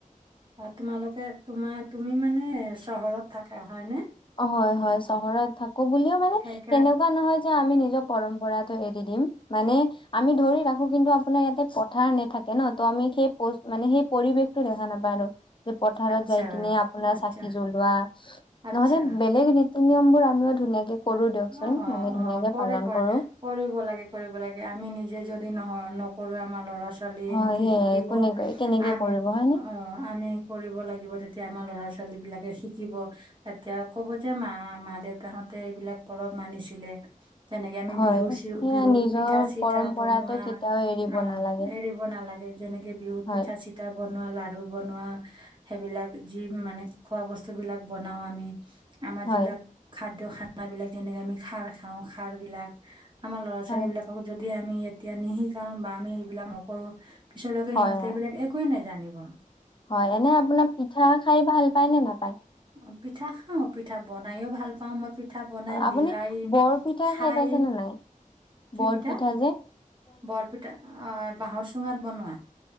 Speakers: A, on the right (about 35°); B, on the left (about 35°).
A: অ' তোমালোকে তোমাৰ তুমি মানে চহৰত থাকা হয় নে '
B: হয় -হয় চহৰত থাকো বুলিও মানে
A: সেইকাৰ
B: সেনেকুৱা নহয় যে আমি নিজৰ পৰম্পৰাটো টো এৰি দিম মানে আমি ধৰি ৰাখোঁ। কিন্তু আপোনাৰ ইয়াতে পথাৰ নেথাকে ন ত আমি সেই মানে সেই পৰিৱেশতটো দেখা নাপায় আৰু। যে পথাৰত
A: আচ্ছা
B: যাই কিনে আপোনাৰ
A: আচ্ছা
B: চাকি জ্বলোৱা
A: আচ্ছা
B: নহ'লে বেলেগ এই নিয়ম বোৰ আমিও ধুনীয়াকে কৰো দিয়কচোন
A: অ', অ',
B: মানে ধুনীয়াকে
A: অ ', কৰে
B: পালন
A: কৰে
B: কৰো
A: কৰিব লাগে-কৰিব লাগে আমি নিজে যদি নহয়। নকৰো আমাৰ ল'ৰা লৰা ছোৱালী এ
B: হয়
A: নো কি
B: সেয়াই
A: শিকিব
B: কোনে কেনেকে
A: আমি
B: কৰিব
A: অ,
B: হয় নে
A: আমি কৰিব লাগিব তেতিয়া আমাৰ ল'ৰা ছোৱালী বিলাকে শিকিব এতিয়া কব যে মা-মা দেউতাহঁতে এইবিলাক অলপ মানিছিলে। তেনেকে আমি
B: হয়
A: বিহু-বিহুত
B: সেয়া নিজৰ
A: পিঠা চিঠা
B: পৰম্পৰাটো
A: বনোৱা
B: কেতিয়াও এৰিব
A: অ,
B: নালাগে
A: এৰিব নালাগে। যেনেকে বিহুত
B: হয়
A: পিঠা চিঠা বনোৱা লাাৰু বনোৱা সেইবিলাক যি মানে খোৱা বস্তু বস্তু বিলাক বনাও আমি আমাৰ
B: হয়
A: যিবিলাক খাদ্য খানাবিলাক যেনেকে আমি খাৰ খাওঁ খাৰ বিলাক আমাৰ ল'ৰা
B: হয়
A: ছোৱালী বিলাকৰ যদি যদি আমি এতিয়া নিশিকাও বা আমি এইবিলাক নকৰোঁ পিছলৈকে
B: হয়
A: সিহঁতে
B: হয়
A: এইবিলাক একোৱেই নেজানিব জানিব।
B: হয় এনে আপোনাৰ পিঠা খাই ভাল পায় নে নাপায়।
A: অ, পিঠা খাওঁ পিঠা বনাইও ভাল পাওঁ মই পিঠা পিঠা বনাই
B: আপুনি
A: বিলাই
B: বৰপিঠা
A: খাই।
B: পাইছে নে নাই
A: কি
B: বৰপিঠা
A: পিঠা
B: যে
A: বৰপিঠা অ, বাঁহৰ চুঙাত বনোৱা।